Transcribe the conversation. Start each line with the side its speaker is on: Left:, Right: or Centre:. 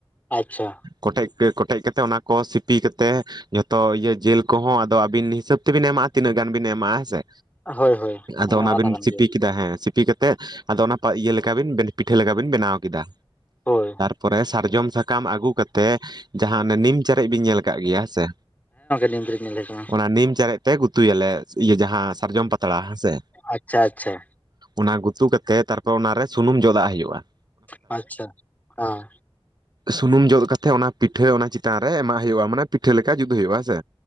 Left: ᱟᱪᱪᱷᱟ᱾
Right: ᱠᱚᱴᱮᱡ ᱯᱮ, ᱠᱚᱴᱮᱡ ᱠᱟᱛᱮ ᱚᱱᱟ ᱠᱚ ᱥᱤᱯᱤ ᱠᱟᱛᱮ ᱡᱷᱚᱛᱚ ᱤᱭᱟᱹ ᱡᱤᱞ ᱠᱚᱦᱚᱸ ᱟᱫᱚ ᱟᱵᱤᱱ ᱦᱤᱥᱟᱹᱵ ᱛᱮᱵᱤᱱ ᱮᱢᱟᱜ-ᱟ᱾ ᱛᱤᱱᱟᱹᱜ ᱜᱟᱱ ᱵᱤᱱ ᱮᱢᱟᱜ-ᱟ ᱦᱮᱸ ᱥᱮ?
Left: ᱦᱳᱭ ᱦᱳᱭ
Right: ᱟᱫᱚ
Left: ᱚᱱᱟ ᱢᱟ
Right: ᱚᱱᱟᱵᱤᱱ
Left: ᱠᱟᱛᱷᱟ ᱠᱟᱱ
Right: ᱪᱤᱴᱤ
Left: ᱜᱮᱭᱟ
Right: ᱠᱮᱫᱟ ᱦᱮᱸ᱾ ᱥᱤᱯᱤ ᱠᱟᱛᱮᱜ, ᱟᱫᱚ ᱚᱱᱟ ᱤᱭᱟᱹ ᱞᱮᱠᱟ ᱵᱤᱱ, ᱯᱤᱴᱷᱟᱹ ᱞᱮᱠᱟ ᱵᱤᱱ ᱵᱮᱱᱟᱣ ᱠᱮᱫᱟ᱾
Left: ᱦᱳᱭ᱾
Right: ᱯᱚᱨᱮ ᱥᱟᱨᱡᱚᱢ ᱥᱟᱠᱟᱢ ᱟᱹᱜᱩ ᱠᱟᱛᱮ, ᱡᱟᱦᱟᱸ ᱚᱱᱮ ᱱᱤᱢ ᱪᱮᱟᱨᱡ ᱵᱤᱱ ᱧᱮᱞ ᱟᱠᱟᱜ ᱜᱮᱭᱟ ᱦᱮᱸ ᱥᱮ᱾
Left: <unintelligible> ᱧᱮᱞᱮ ᱠᱟᱱᱟ᱾
Right: ᱚᱱᱟ ᱱᱤᱢ ᱪᱟᱨᱮᱡ ᱛᱮ ᱜᱩᱛᱩᱭᱟᱞᱮ ᱤᱭᱟᱹ ᱡᱟᱦᱟᱸ ᱥᱟᱨᱡᱚᱢ ᱯᱟᱛᱲᱟ ᱦᱮᱸ ᱥᱮ᱾
Left: ᱟᱪᱪᱷᱟ ᱟᱪᱪᱷᱟ
Right: ᱚᱱᱟ ᱜᱩᱛᱩ ᱠᱟᱛᱮᱜ, ᱛᱟᱨᱯᱚᱨ ᱚᱱᱟᱨᱮ ᱥᱩᱱᱩᱢ ᱡᱚᱫᱟᱜ ᱦᱩᱭᱩᱜ-ᱟᱺ
Left: ᱟᱪᱪᱷᱟ, ᱦᱮᱸ᱾
Right: ᱥᱩᱱᱩᱢ ᱡᱚᱫ ᱠᱟᱛᱮ, ᱚᱱᱟ ᱯᱤᱴᱷᱟᱹ ᱚᱱᱟ ᱪᱮᱛᱟᱱ ᱨᱮ ᱮᱢᱟᱜ ᱦᱩᱭᱩᱜ-ᱟ᱾ ᱢᱟᱱᱮ ᱯᱤᱴᱷᱟᱹ ᱞᱮᱠᱟ ᱡᱩᱛ ᱦᱩᱭᱩᱜ-ᱟ ᱦᱮᱸ ᱥᱮ᱾